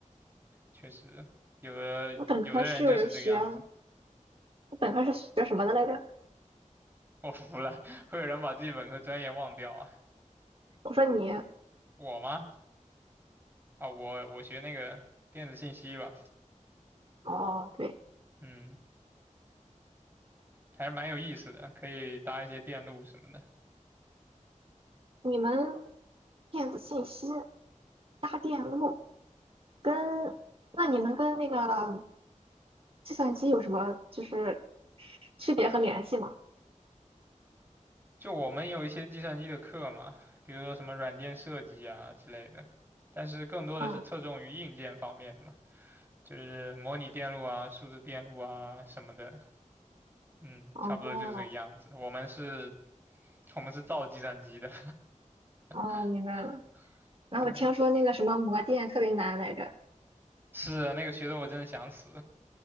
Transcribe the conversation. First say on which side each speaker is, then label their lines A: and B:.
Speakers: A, on the right; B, on the right.
A: 确实，有的有的人就是这个样子。
B: 我本科是学，我本科是学什么的来着？
A: <laughs> 我服了，会有人把自己本科专业忘掉啊？
B: 我说你，
A: 我吗？啊，我我学那个电子信息吧，
B: 哦，对，
A: 嗯，还是蛮有意思的，可以搭一些电路什么的。
B: 你们电子信息、搭电路跟，那你们跟那个计算机有什么就是区别和联系吗？
A: 就我们有一些计算机的课嘛，比如说什么软件设计啊之类的，但是更多的是侧重于硬件方面的嘛，
B: 嗯，
A: 就是模拟电路啊、数字电路啊什么的，嗯，
B: 哦，
A: 差不多就是这个样子。我们是，我们是造计算机的，
B: 哦，
A: <laughs>
B: 明白了。然后我听说那个什么魔电特别难来着，
A: 对，是那个学的我真的想死。